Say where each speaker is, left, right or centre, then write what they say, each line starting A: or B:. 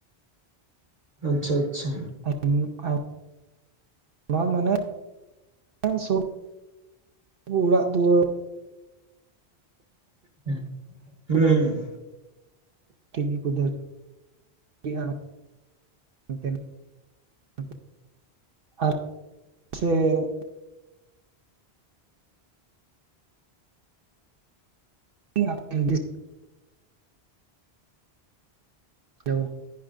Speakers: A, on the right (about 35°); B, on the right (about 65°).
A: ᱟᱪᱪᱷᱟ ᱟᱪᱪᱷᱟ
B: ᱦᱮᱸ ᱦᱩᱭᱩᱜᱠᱷᱟᱱ ᱱᱚᱣᱟ ᱢᱟᱱᱮ <unintelligible> ᱚᱲᱟᱜ ᱫᱩᱣᱟᱹᱨ
A: ᱦᱩᱸ ᱦᱩᱸ
B: ᱠᱚᱫᱚ
A: ᱦᱩᱸ
B: ᱴᱷᱤᱠ ᱜᱤ ᱠᱩᱫᱟᱹᱨ <unintelligible> <unintelligible> ᱟᱨ ᱥᱮ <unintelligible> hello